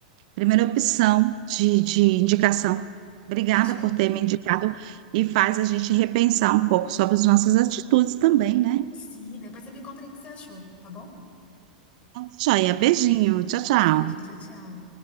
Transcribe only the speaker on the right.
primeira opção de, de indicação. Obrigada
por ter me indicado e faz a gente repensar um pouco sobre as nossas atitudes também, né?
Então, joia, beijinho, tchau, tchau.